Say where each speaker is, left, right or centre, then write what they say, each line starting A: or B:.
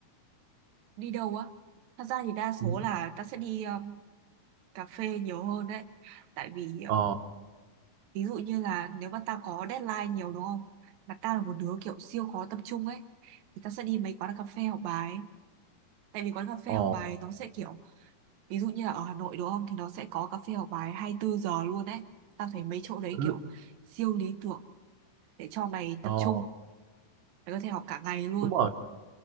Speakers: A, on the right; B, on the right.
A: đi đâu á? Thật ra thì đa
B: Ừ.
A: số là tao sẽ đi um, cà phê nhiều hơn đấy, tại vì ờ,
B: ờ
A: ví dụ như là nếu mà tao có deadline nhiều đúng không? Mà tao là một đứa kiểu siêu khó tập trung ấy, thì tao sẽ đi mấy quán cà phê học bài, tại vì quán cà phê
B: ờ
A: học bài nó sẽ kiểu ví dụ như là ở Hà Nội đúng không thì nó sẽ có cà phê học bài 24 giờ luôn ấy tao thấy mấy chỗ đấy
B: ừ,
A: kiểu siêu lý tưởng để cho mày tập
B: ờ
A: trung mày có thể học cả ngày luôn
B: đúng rồi